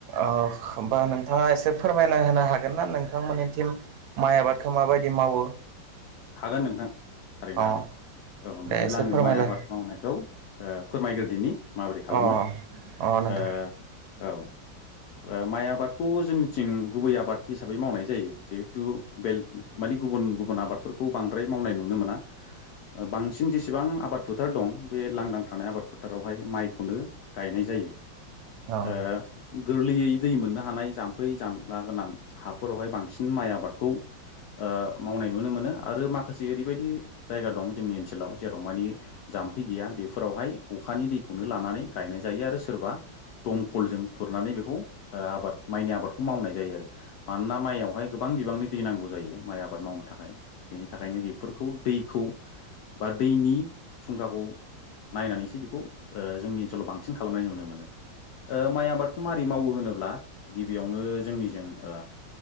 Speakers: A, on the right; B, on the left.
A: अह होमबा नोंथाङा एसे फोरमायना होनो हाग् गोनना नोंथां मोनिथिम माइ आबादखौ माबायदि मावो?
B: हागोन नोंथां थारैनो
A: अ
B: हागोन। औ
A: दे
B: बिदिब्ला
A: एसे
B: आङो
A: फोरमायलाय
B: माइ आबाद मावनायखौ ओ फोरमायगोर माबोरै खालामो
A: अ अ नोंथां
B: ओ औ। ओ माइ आबादखौ जोंनिथिं गुबै आबाद हिसाबै मावनाय जायो जिहेथु बेल माने गुबुन गुबुन आबादफोरखौ बांद्राय मावनाय नुनो मोना ओ बांसिन जेसेबां आबाद फोथार दं बे लांदां थानाय आबाद फोथारावहाय माइखौनो गायनाय जाय् यो
A: अ
B: ओ गोरलैयै दै मोननो हानाय जाम्फै जानला गोनां हाफोरावहाय बांसिन माइ आबादखौ ओ मावनाय नुनो मोनो आरो माखासे ओरैबायदि जायगा दं जोंनि ओनसोलाव जेराव मानि जाम्फै गैया बेफोरावहाय अ खानि दैखौनो लानानै गायनाय जायो आरो सोरबा दमखलजों खुरनानै बेखौ ओ आबाद माइनि आबादखौ मावनाय जायो आरो। मानोना माइयावहाय गोबां बिबांनि दै नांगौ जायो माइ आबाद मावनो थाखाय। बेनि थाखायनो बेफोरखौ दैखौ बा दैनि फुंखाखौ नायनानैसो बेखौ ओ जोंनि ओनसोलाव बांसिन खालामनाय नुनो मोनो ओ माइ आबादखौ मार ‌ <unintelligible> मावो होनोब्ला गिबियावनो जोंनिजों ओ